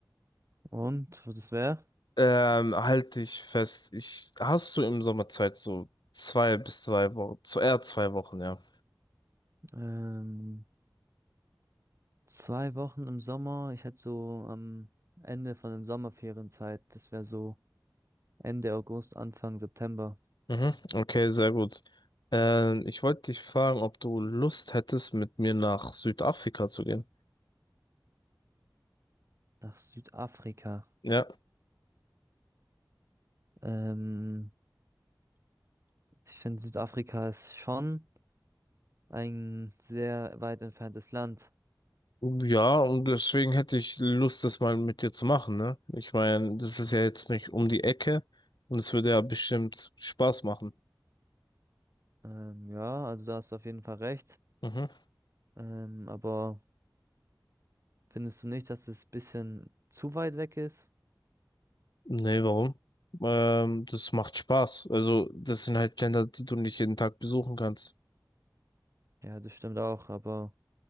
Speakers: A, on the right; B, on the left.
A: Und was es wäre?
B: Ähm, halt dich fest. Ich, hast du im Sommer Zeit, so zwei bis zwei Wochen, zu eher zwei Wochen, ja.
A: Ähm, zwei Wochen im Sommer. Ich hätte so am Ende von den Sommerferienzeit, das wäre so Ende August, Anfang September,
B: Mhm. Okay, sehr gut. Ähm, ich wollte dich fragen, ob du Lust hättest, mit mir nach Südafrika zu gehen.
A: nach Südafrika.
B: Ja.
A: Ähm, ich finde, Südafrika ist schon ein sehr weit entferntes Land.
B: Ja, und deswegen hätte ich Lust, das mal mit dir zu machen, ne? Ich meine, das ist ja jetzt nicht um die Ecke und es würde ja bestimmt Spaß machen.
A: Ähm, ja, also da hast du auf jeden Fall recht.
B: Mhm.
A: Ähm, aber findest du nicht, dass es bisschen zu weit weg ist?
B: Nee, warum? Ähm, das macht Spaß. Also, das sind halt Länder, die du nicht jeden Tag besuchen kannst.
A: Ja, das stimmt auch, aber.